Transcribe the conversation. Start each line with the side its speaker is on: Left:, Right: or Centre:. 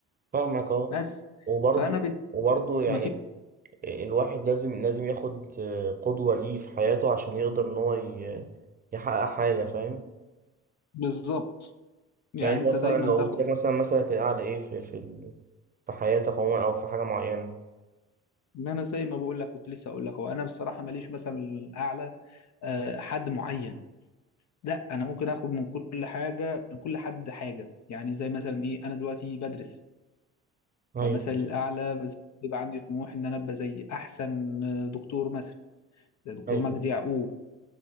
Right: فاهمك اه
Left: بس
Right: وبرضه
Left: فانا بن-
Right: وبرضه يعني
Left: ما في
Right: الواحد لازم لازم ياخد قدوة ليه في حياته عشان يقدر إن هو ي- يحقق حاجة فاهم
Left: بالظبط يعني
Right: يعني انت
Left: انت
Right: مثلا
Left: دايما
Right: لو
Left: تاخد
Right: قلت لك مثلا مثلك الأعلى إيه في في ال- في حياتك عموما أو في حاجة معينة
Left: ان انا زي ما بقول لك كنت لسه اقول لك هو انا بصراحه ماليش مثلا اعلى آه، حد معين لا انا ممكن اخد من كل حاجه من كل حد حاجه يعني زي مثلا ايه انا دلوقتي بدرس
Right: أيوه
Left: فمثلا الاعلى بس بيبقى عندي طموح ان انا ابقى زي احسن آه، دكتور مثلا زي دكتور
Right: أيوه
Left: مجدي يعقوب